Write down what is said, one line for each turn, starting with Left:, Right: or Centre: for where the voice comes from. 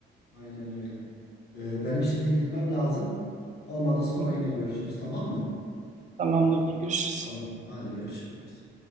Left: aynen öyle. E, benim şimdi gitmem lazım. Olmadı sonra
Right: Hı,
Left: yine görüşürüz tamam mı?
Right: Tamamdır. Görüşürüz.
Left: Tamam, hadi görüşürüz.